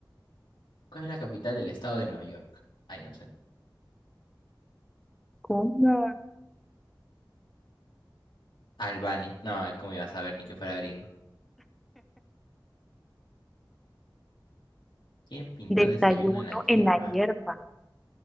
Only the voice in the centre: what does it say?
¿Cómo?
Desayuno
en la hierba.